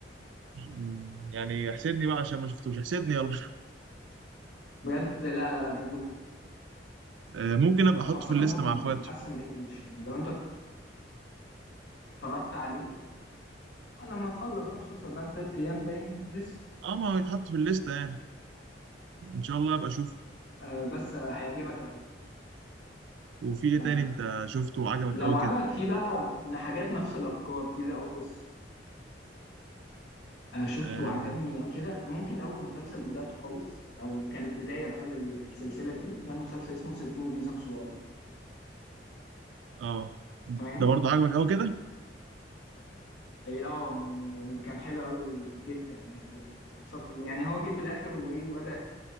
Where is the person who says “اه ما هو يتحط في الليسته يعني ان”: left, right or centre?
Right